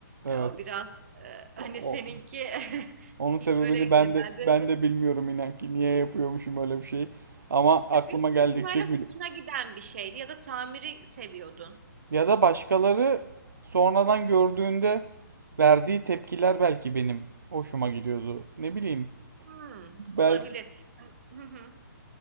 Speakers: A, on the right (about 70°); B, on the right (about 45°).
A: Evet.
B: E, o biraz e,
A: O,
B: hani seninki
A: o-
B: <laughs>
A: Onun sebebini
B: hiç böyle genelde
A: ben de ben de bilmiyorum inan ki niye yapıyormuşum öyle bir şey. Ama aklıma
B: ya büyük
A: geldikçe
B: bir ihtimalle
A: gül.
B: hoşuna giden bir şeydi ya da tamiri seviyordun.
A: Ya da başkaları sonradan gördüğünde verdiği tepkiler belki benim hoşuma gidiyordu. Ne bileyim.
B: Hmm,
A: Belki
B: olabilir. <laughs>